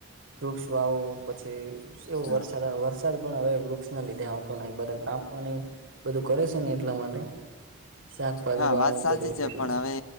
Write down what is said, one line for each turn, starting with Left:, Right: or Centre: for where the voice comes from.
Right: વૃક્ષ વાવો પછી એવો
Left: હા
Right: વરસાદ વરસાદ પણ હવે વૃક્ષ ના લીધે આવતો ન બધા કાપવા બધું કરે છે ને એટલા માટે શાકપાજી
Left: હા
Right: ભ
Left: વાત
Right: હું
Left: સાચી
Right: બધુંટલે
Left: છે પણ હવે